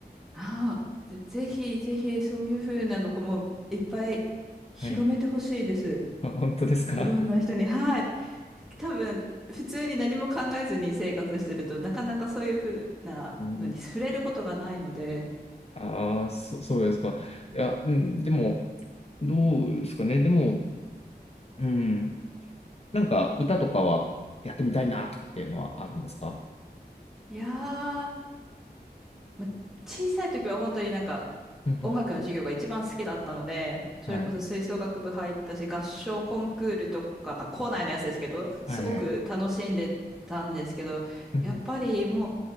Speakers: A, in the centre; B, on the left.
A: ああ、ぜ、ぜひ、ぜひ、そういう風なのこもいっぱい広めてほしいです。
B: <laughs> はい。あ、本当ですか。
A: いろんな人に。はい。多分、普通に何も考えずに生活してると、なかなかそういう風なのに触れることがないので。
B: <laughs> うん、ああ、そ、そうですか。いや、うん、でも、どうですかね。でも、うん、なんか歌とかはやってみたいなとかっていうのはあるんですか
A: いやーま、小さい時は本当になんか
B: うんうん
A: 音楽の授業が一番好きだったので、それこそ吹奏楽部入ったし、
B: はい。
A: 合唱コンクールとか、まあ校内のやつですけど、
B: はいはい。
A: すごく楽しんでたんですけど、
B: うん
A: やっぱりもう